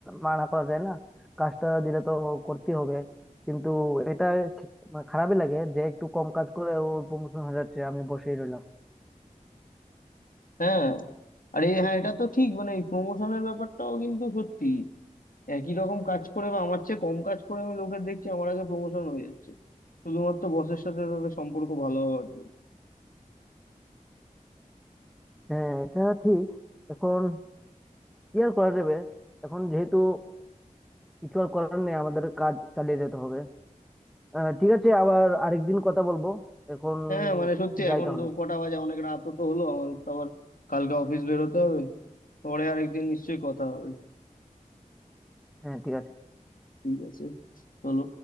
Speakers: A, in the centre; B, on the left.
A: মানা করা যায় না কাজটা দিলে তো করতে হবে কিন্তু এটা খি- মানে খারাপই লাগে যে একটু কম কাজ করে ওর প্রমোশন হয়ে যাচ্ছে আমি বসেই রইলাম
B: হ্যাঁ আরে হ্যাঁ এটা তো ঠিক মানে এই প্রমোশনের ব্যাপারটাও কিন্তু সত্যি একই রকম কাজ করে বা আমার চেয়ে কম কাজ করে আমি লোকের দেখছি আমার আগে প্রমোশন হয়ে যাচ্ছে শুধুমাত্র বসের সাথে তাদের সম্পর্ক ভালো হওয়ার জন্য
A: হ্যাঁ এটা ঠিক এখন কি আর করা যাবে এখন যেহেতু কিছু আর করার নেই আমাদের কাজ চালিয়ে যেতে হবে আহ ঠিক আছে আবার আরেকদিন কথা বলবো এখন
B: হ্যাঁ মানে সত্যি
A: যাই
B: এখন
A: তাহলে
B: তো কটা বাজে অনেক রাতও তো হলো আমাদের তো আবার কালকে অফিস বেরোতে হবে পরে আরেকদিন নিশ্চয়ই কথা হবে
A: হ্যাঁ ঠিক আছে
B: ঠিক আছে চলো